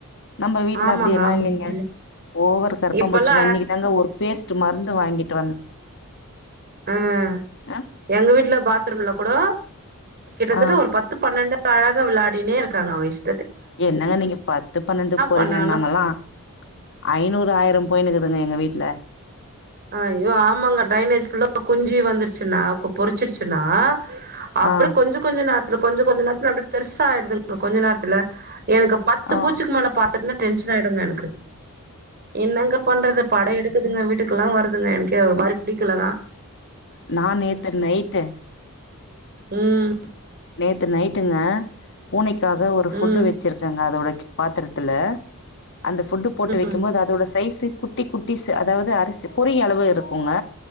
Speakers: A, on the left (about 55°); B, on the right (about 45°).
A: நம்ம வீட்டுல
B: ஆமாங்க
A: அப்டியெல்லாம்
B: ஆமாங்க
A: இல்லைங்க ஓவரு கரப்பாம்பூச்சி
B: இப்பல்லா
A: இன்னைக்கு தாங்க ஒரு பேஸ்ட் மருந்து வாங்கிட்
B: ஆஹ்
A: ஆ
B: எங்களுக் வீட்டுல பாத்ரூம்ல கூடோ கிட்டத்தட்ட
A: ஆ
B: ஒரு பத்து பன்னண்டு அழகா விள்ளாடினே இருக்காங்க அவ்ங் இஷ்
A: என்னங்க நீங்க பத்து பன்னெண்டு பொறை
B: பண்ணாலு
A: ஏன் நாங்கல்லாம் ஐநூறு ஆயிரம் போயின்னு இருக்குதுங்க எங்க வீட்ல
B: அய்யோ ஆமாங்க ட்ரைனேஜ் ஃபுல்லா குஞ்சி வந்துருச்சுனா கு பொறிச்சிருச்சுனா அப்றம்
A: ஆ
B: கொஞ்ச கொஞ்ச நேர் <unintelligible> கொஞ்ச கொஞ்ச நேரத்துல அப்டியே பெருசா ஆயிடுதுங்க கொஞ்ச நேரத்துல எனக்கு பத்து
A: ஆ
B: பூச்சிக்கு மேல பாத்துட்டுன்னா டென்ஷன் ஆயிடும்ங்க எனக்கு என்னங்க பண்றது பட எடுக்குதுங்க வீட் கில்லாம் வருதுங்க எனக்கே ஒரு மாரி புடிக்கில தா
A: நா நேத்து நைட்டு
B: உம்
A: த்து நைட்டுங்க பூனைக் க்காக ஒரு ஃபுட்டு்
B: ம்
A: வச்சிருக்கங்க அதோடை பாத்தரத்துல அந்த ஃபுட்டு போட்டு வைக்கும்
B: ம்
A: போது அதோட சைஸுக் குட்டி குட்டிஸ்ஸு அதாவது அரிசி பொரியளவு இருக்குங்க